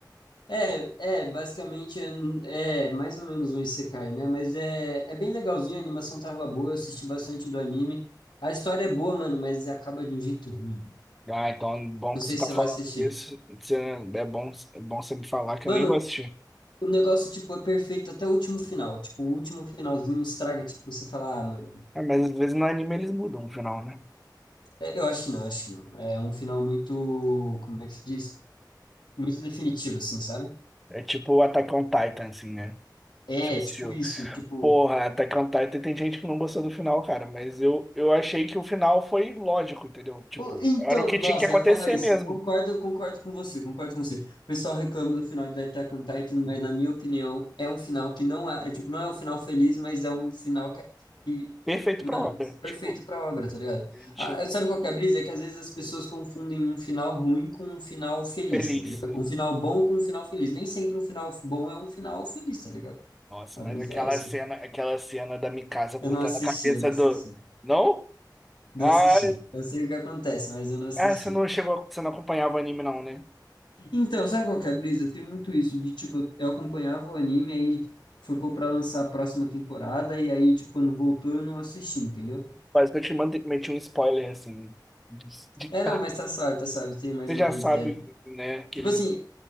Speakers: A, on the left (about 85°); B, in the centre.
A: É, é, basicamente é, um- é mais ou menos um isekai, né? Mas é, é bem legalzinho, a animação tava boa, eu assisti bastante do anime. A história é boa, mano, mas acaba de um jeito ruim, velho.
B: Ah, então é bom
A: Não
B: que
A: sei
B: você tá
A: se você
B: falando
A: vai assistir.
B: isso. Você, é bom, é bom você me falar que
A: Mano,
B: eu nem vou assistir.
A: o negócio, tipo, é perfeito até o último final. Tipo, o último finalzinho estraga, tipo, você fala, ah, mano.
B: É, mas às vezes no anime eles mudam o final, né?
A: é, eu acho que não, acho que não. É um final muito, como é que se diz? Muito definitivo, assim, sabe?
B: É tipo o Attack on Titan, assim, né?
A: É,
B: Você assistiu.
A: tipo isso, tipo.
B: Porra, Attack on Titan tem gente que não gostou do final, cara, mas eu, eu achei que o final foi lógico, entendeu? Tipo,
A: O- Então,
B: era o que
A: nossa,
B: tinha que acontecer
A: eu ia falar isso.
B: mesmo.
A: Concordo, concordo com você, concordo com você. O pessoal reclama do final de Attack on Titan, mas na minha opinião, é um final que não é, é tipo, não é um final feliz, mas é um final que, que,
B: Perfeito
A: mano,
B: pra obra. Tipo,
A: perfeito pra obra, tá ligado?
B: a gente
A: Ah, sabe qual que é a brisa? É que às vezes as pessoas confundem um final ruim com um final feliz,
B: feliz.
A: tá ligado? Um final bom com um final feliz. Nem sempre um final bom é um final feliz, tá ligado?
B: Nossa,
A: A
B: mas
A: brisa
B: aquela
A: é essa.
B: cena, aquela cena da Mikasa cortando
A: Eu não assisti,
B: a cabeça
A: eu não assisti.
B: do. Não?
A: Não
B: Ah,
A: assisti. Eu sei o que acontece, mas eu não assisti.
B: ah, você não chegou, você não acompanhava o anime, não, né?
A: Então, sabe qual que é a brisa? Eu tenho muito isso de, tipo, eu acompanhava o anime, aí ficou pra lançar a próxima temporada, e aí, tipo, quando voltou eu não assisti, entendeu?
B: Quase que eu te mandei, meti um spoiler assim. de- de-
A: É,
B: tá.
A: não, mas tá salvo, tá salvo, eu tenho mais
B: Você
A: ou
B: já
A: menos
B: sabe,
A: ideia.
B: né? Que
A: Tipo
B: ele.
A: assim,